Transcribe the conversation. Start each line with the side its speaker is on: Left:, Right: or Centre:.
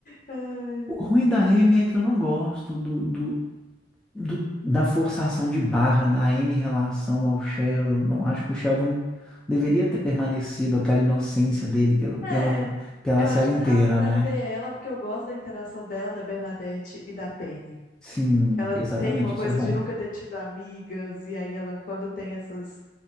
Left: Ai.
Centre: O ruim da M é que eu não gosto do, do, do- da forçação de barra da M em relação ao Sheldon. Não acho que o Sheldon deveria ter permanecido aquela inocência dele pelo,
Left: É,
Centre: pela, pela
Left: eu
Centre: série
Left: acho que
Centre: inteira,
Left: dava pra
Centre: né?
Left: ter ela, porque eu gosto da interação dela, da Bernadette e da Penny.
Centre: Sim,
Left: Ela
Centre: exatamente,
Left: tem uma coisa
Centre: isso é bom.
Left: de nunca ter tido amigas, e aí ela, quando tem essas